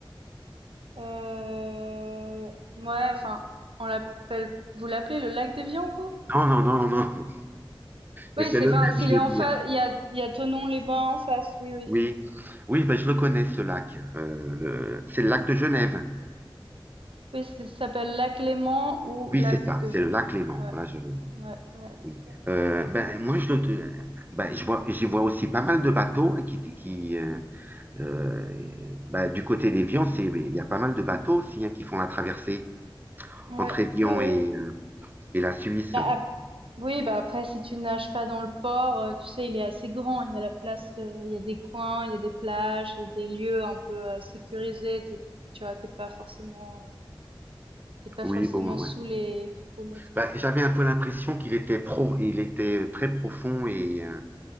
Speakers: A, on the right (about 80°); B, on the right (about 20°).
A: Euh, ouais, enfin, on l'appelle, vous l'appelez le lac des Vians, vous?
B: Non, non, non, non, non. Mais
A: Oui,
B: c'est
A: c'est,
B: le
A: enfin,
B: même,
A: s'il
B: je
A: est
B: veux
A: en
B: dire.
A: face, il y a, il y a Thonon-les-Bains en face, oui, oui.
B: Oui, oui, ben, je le connais ce lac. Euh, le- C'est le lac de Genève.
A: Oui, c'est- ça s'appelle lac Léman ou
B: Oui,
A: lac
B: c'est ça,
A: de
B: c'est
A: Genève.
B: le lac Léman.
A: Ouais,
B: Là, je...
A: ouais, ouais, c'est
B: Oui.
A: ça.
B: Euh, ben, moi, je le... euh, ben, je vois, j'y vois aussi pas mal de bateaux hein, qui, qui euh, euh, ben, du côté d'Évian, c'est, il y a pas mal de bateaux aussi hein, qui font la traversée
A: Ouais,
B: entre Évian
A: oui, oui.
B: et, euh, et la Suisse.
A: Bah, ap- oui, bah après, si tu nages pas dans le port, euh, tu sais, il est assez grand. Il y a la place, euh, il y a des coins, il y a des plages, il y a des lieux un peu euh, sécurisés. T'es- tu vois, t'es pas forcément, euh, t'es pas
B: Oui,
A: forcément
B: bon, ouais.
A: sous les roues motrices.
B: Ben, j'avais un peu l'impression qu'il était pro, il était très profond et, euh,